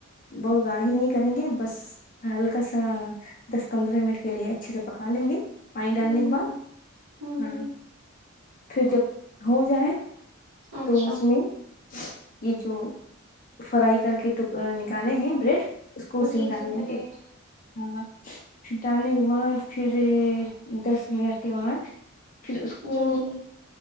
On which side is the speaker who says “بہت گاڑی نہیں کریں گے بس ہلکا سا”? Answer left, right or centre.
Left